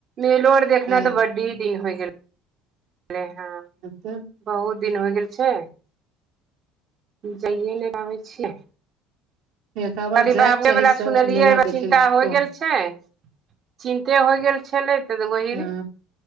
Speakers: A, on the right (about 45°); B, on the right (about 70°).
A: मेलो आर देखना
B: हँ
A: तऽ बडी दिन होइ गेल ले हँ
B: तब
A: बहुत दिन होइ गेल छै जाइए नहि पाबै छियै
B: एक बार
A: खाली
B: जायके
A: बाबे
B: चाही
A: वला
B: सबके
A: सुनलियै
B: मेला देखे
A: चिन्ता
B: ल
A: हो
B: तो
A: गेल चिन्ते हो गेल छलै तऽ वहि
B: हँ